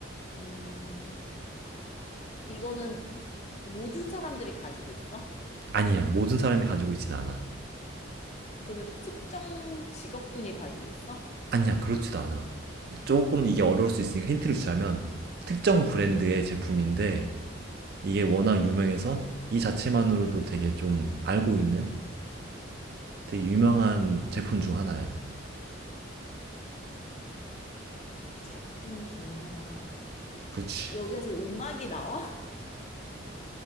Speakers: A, on the left; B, on the right.
A: 음, 이거는 모든 사람들이 가지고 있어?
B: 아니야. 모든 사람이 가지고 있진 않아.
A: 그러면 특정 직업군이 가지고 있어?
B: 아니야. 그렇지도 않아. 조금 이게 어려울 수 있으니까 힌트를 주자면 특정
A: 음,
B: 브랜드의 제품인데 이게 워낙 유명해서 이 자체만으로도 되게 좀 알고 있는 되게 유명한 제품 중 하나야.
A: 제품 중 하나.
B: 그렇지.
A: 여기에서 음악이 나와?